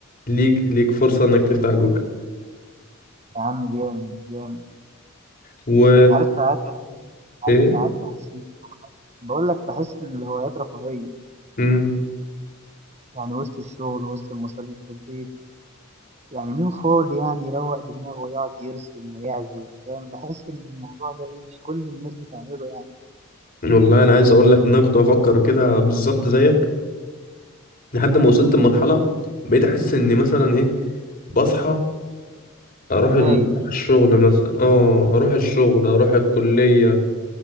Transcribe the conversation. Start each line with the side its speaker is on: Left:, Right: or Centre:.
Left: ليك ليك فرصة انك تفتح جوجل
Right: يا عم جامد جامد
Left: و
Right: عارف ساعات عارف
Left: ايه
Right: ساعات بحس بقول لك بحس إن الهوايات رفاهية
Left: امم
Right: يعني وسط الشغل وسط المصاريف والبيت يعني مين فاضي يعني يروق دماغه ويقعد يرسم ويعزف فاهم بحس ان الموضوع ده ايه مش كل الناس بتعمله يعني
Left: والله انا عايز اقول لك ان انا كنت بفكر كده بالظبط زيك لحد ما وصلت لمرحلة بقيت أحس إني مثلا إيه بصحى أروح ال...
Right: تايه
Left: أروح الشغل مثلا آه أروح الشغل أروح الكلية